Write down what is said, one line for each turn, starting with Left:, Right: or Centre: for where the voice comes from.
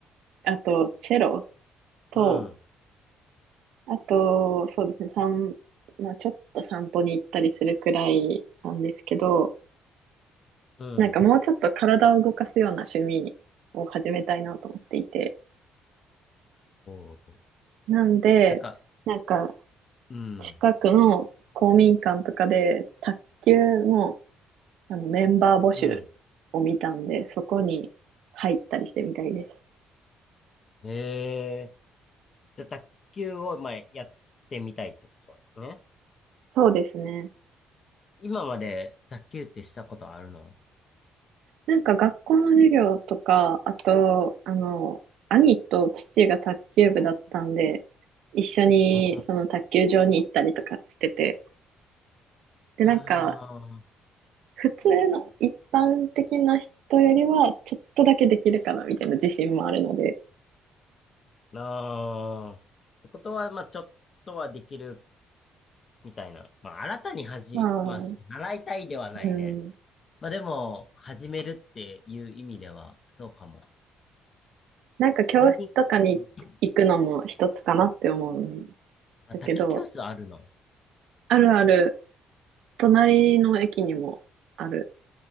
Right: あと、チェロと、
Left: うん、
Right: あと、そうですね、散、まあ、ちょっと散歩に行ったりするくらいなんですけど、
Left: うん。
Right: なんかもうちょっと体を動かすような趣味を始めたいなと思っていて。
Left: おー
Right: なんで、
Left: なんか、
Right: なんか、
Left: うん、
Right: 近くの公民館とかで、卓球のあの、メンバー募集を見たんで、
Left: うん。
Right: そこに入ったりしてみたいです。
Left: へえ。じゃあ、卓球を、まあ、やってみたいってことね。
Right: そうですね。
Left: 今まで卓球ってしたことあるの
Right: なんか学校の授業とか、あと、あの、兄と父が卓球部だったんで、一緒にその卓球場に行ったりとかしてて、
Left: うん。
Right: で、
Left: ああ、
Right: なんか、普通の一般的な人よりは、ちょっとだけできるかなみたいな自信もあるので、
Left: なあ。ってことは、まあ、ちょっとはできるみたいな。まあ、新たに始、
Right: まあ、
Left: まあ、そう習いたいではないね。
Right: うん、
Left: まあ、でも、始めるっていう意味では、そうかも。
Right: なんか教室とかに行くのも一つかなって思うん
Left: 公民、うん。あ、
Right: だけど、
Left: 卓球教室あるの
Right: あるある隣の駅にもある。